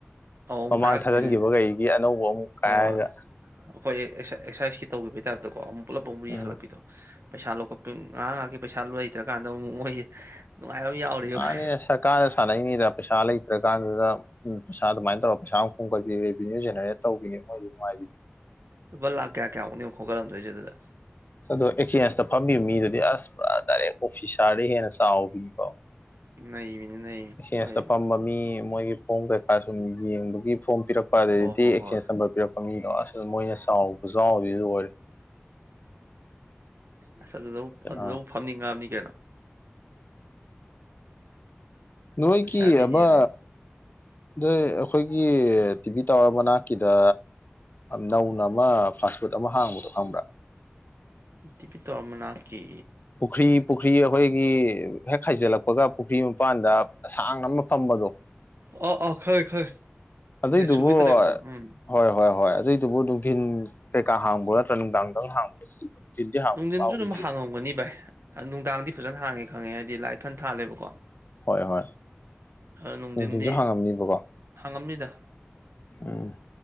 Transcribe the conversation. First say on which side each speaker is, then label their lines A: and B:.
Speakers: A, on the right; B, on the left.
A: ꯑꯃꯨꯛ
B: ꯃꯃꯥꯡ
A: ꯊꯥꯔꯛꯈꯤꯗꯣꯢꯅꯦ
B: ꯊꯥꯖꯤꯟꯈꯤꯕꯈꯩꯒꯤ ꯑꯅꯧꯕ ꯑꯃꯨꯛ ꯀꯥꯏꯔꯒ
A: ꯍꯣꯏ ꯑꯩꯈꯣꯏ ꯑꯦꯛꯁꯔꯁꯥꯏꯁꯀꯤ ꯇꯧꯈꯤꯕꯒꯤ ꯇꯥꯏꯞꯇꯀꯣ ꯑꯃꯨꯛ ꯄꯨꯂꯞ ꯑꯃꯨꯛ ꯔꯤ
B: ꯎꯝ
A: ꯍꯜꯂꯛꯄꯤꯗꯣ ꯄꯩꯁꯥ ꯂꯧꯈꯠ ꯉꯍꯥꯛ ꯉꯍꯥꯛꯀꯤ ꯄꯩꯁꯥ ꯂꯩꯇ꯭ꯔꯀꯥꯟꯗ ꯑꯃꯨꯛ ꯃꯣꯏ ꯅꯨꯡꯉꯥꯏꯕ ꯑꯃ ꯌꯥꯎꯔꯤ
B: ꯃꯥꯅꯦ
A: ꯃꯣꯢ
B: ꯁꯔꯀꯥꯔꯅ ꯁꯥꯟꯅꯩꯅꯤꯗ ꯄꯩꯁꯥ ꯂꯩꯇ꯭ꯔꯀꯥꯟꯗꯨꯗ ꯄꯩꯁꯥ ꯑꯗꯨꯃꯥꯏꯅ ꯇꯧꯔꯒ ꯄꯩꯁꯥ ꯑꯃ ꯈꯣꯝꯒꯠꯈꯤꯅꯤ ꯔꯦꯚꯤꯅꯤꯌꯨ ꯁꯦꯟꯇꯔ ꯇꯧꯕꯤꯅꯦ ꯃꯣꯏꯗꯤ ꯅꯨꯡꯉꯥꯏꯕꯤꯅꯤ
A: ꯂꯨꯄꯥ ꯂꯥꯛ ꯀꯌꯥ ꯀꯌꯥꯃꯨꯛꯅꯣ ꯈꯣꯠꯂꯝꯗꯣꯏꯁꯦ ꯑꯗꯨꯗ
B: ꯑ ꯑꯗꯣ ꯑꯦꯛꯆꯦꯟꯁꯇ ꯐꯝꯕꯤꯕ ꯃꯤꯗꯨꯗꯤ ꯑꯁ ꯄꯨꯔꯥ ꯗꯥꯏꯔꯦꯛ ꯑꯣꯐꯤꯁꯥꯔꯗꯒꯤ ꯍꯦꯟꯅ ꯆꯥꯎꯕꯤꯅꯤꯀꯣ
A: ꯅꯩꯕꯤꯕꯦ ꯅꯩ꯫
B: ꯑꯦꯛꯆꯦꯟꯁꯇ
A: ꯃꯣꯏ
B: ꯐꯝꯕ ꯃꯤ ꯃꯣꯏꯒꯤ ꯐꯣꯝ ꯀꯩꯀꯥ ꯁꯨꯝ ꯌꯦꯡꯕꯒꯤ ꯐꯣꯝ ꯄꯤꯔꯛꯄ ꯑꯗꯩꯗꯤ
A: ꯍꯣꯏ ꯍꯣꯏ
B: ꯑꯦꯛꯆꯦꯟꯁ
A: ꯍꯣꯏ
B: ꯅꯝꯕꯔ ꯄꯤꯔꯛꯄ ꯃꯤꯗꯣ ꯑꯁ ꯃꯣꯏꯅ ꯆꯥꯎꯕ ꯈꯨꯆꯥꯎ ꯁꯤꯗꯤ ꯂ‌ꯣꯏꯔꯦꯍ‌ꯦ
A: ꯑꯁ ꯑꯗꯨꯗ ꯑꯗꯨꯗ
B: ꯑꯥ
A: ꯐꯝꯅꯤꯡꯉꯝꯅꯤ ꯀꯩꯅꯣ
B: ꯅꯣꯏꯒꯤ
A: ꯑꯣꯐꯤꯁꯥꯔꯗꯤ
B: ꯑꯃ
A: ꯍꯦꯜꯂꯦ
B: ꯅꯣꯏ ꯑꯩꯈꯣꯏꯒꯤ ꯇꯤꯚꯤ ꯇꯥꯋꯔ ꯃꯅꯥꯛꯀꯤꯗ ꯅꯧꯅ ꯑꯃ ꯐꯥꯁ ꯐꯨꯗ ꯑꯃ ꯍꯥꯡꯕꯗꯣ ꯈꯪꯕ꯭ꯔꯥ
A: ꯗꯤꯄꯤꯀ‌ꯣ ꯃꯅꯥꯛꯀꯤ
B: ꯄꯨꯈ꯭ꯔꯤ ꯄꯨꯈ꯭ꯔꯤ ꯑꯩꯈꯣꯏꯒꯤ ꯍꯦꯛ ꯍꯥꯏꯖꯤꯜꯂꯛꯄꯒ ꯄꯨꯈ꯭ꯔꯤ ꯃꯄꯥꯟꯗ ꯁꯥꯡꯅ ꯑꯃ ꯐꯝꯕꯗꯣ
A: ꯑꯣ ꯑꯣ ꯈꯪꯉ‌ꯦ ꯈꯪꯉ‌ꯦ
B: ꯑꯗꯨꯏꯗꯨꯕꯨ
A: ꯅ‌ꯦꯁꯨꯒꯤꯗ ꯂꯩꯕꯗ‌ꯣ ꯎꯝ
B: ꯍꯣꯏ ꯍꯣꯏ ꯍꯣꯏ ꯑꯗꯨꯏꯗꯨꯕꯨ ꯅꯨꯡꯊꯤꯟ ꯀꯩꯀꯥ ꯍꯥꯡꯕ꯭ꯔꯥ ꯅꯨꯡꯗꯥꯡ ꯗꯪ ꯍꯥꯡꯕꯔꯣ ꯅꯨꯡꯊꯤꯜꯗꯤ ꯍꯥꯡꯕꯥ
A: ꯅꯨꯡꯊꯤꯟꯁꯨ
B: ꯄꯥꯛ
A: ꯑꯗꯨꯝ
B: ꯎꯗꯦ
A: ꯍꯥꯡꯉꯝꯒꯅꯤ ꯕꯥꯏ ꯑꯥ ꯅꯨꯡꯗꯥꯡꯗꯤ ꯐꯖꯅ ꯍꯥꯡꯉꯦ ꯈꯪꯉꯦ ꯍꯥꯏꯗꯤ ꯊꯟ ꯊꯥꯜꯂꯦꯕꯀꯣ
B: ꯍꯣꯏ ꯍꯣꯏ
A: ꯑ ꯅꯨꯡꯊꯤꯟꯗꯤ
B: ꯅꯨꯡꯊꯤꯟꯁꯨ ꯍꯥꯡꯉꯝꯅꯤꯕꯀꯣ
A: ꯍꯥꯡꯉꯝꯅꯤꯗ
B: ꯎꯝ